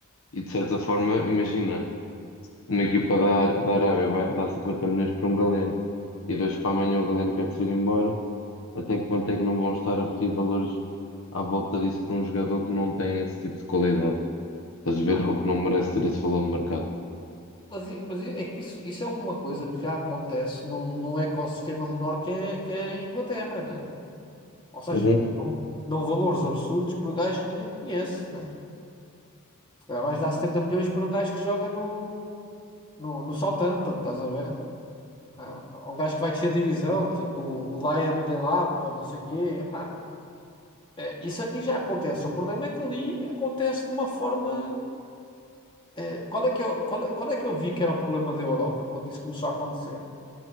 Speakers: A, on the left; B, on the left.
A: e de certa forma, imagina, uma equipa da, Ar- da Arábia vai dar 50 milhões para um Galeno e dois para amanhã o Galeno quer se ir embora, até que ponto é que não vão estar a pedir valores à volta disso para um jogador que não tem esse tipo de qualidade? Estás
B: Epá,
A: a ver? Ou que não merece ter esse valor no mercado.
B: Mas, i- mas i- é que isso, isso é uma coisa que já acontece num, num ecossistema menor que é, que é a Inglaterra, né? Ou seja,
A: Uhum,
B: dão dão valores absurdos por gajos que ninguém conhece, né? Se calhar vais dar 70 milhões por um gajo que joga no, no, no Southampton, estás a ver? Ah, um gajo que vai descer a divisão, tipo o Lion de Lap, ou não sei o quê. Epá, é, isso aqui já acontece. O problema é que ali acontece de uma forma. Eh, qual é que eu, qual, qual é que eu vi que era o problema da Europa quando isso começou a acontecer?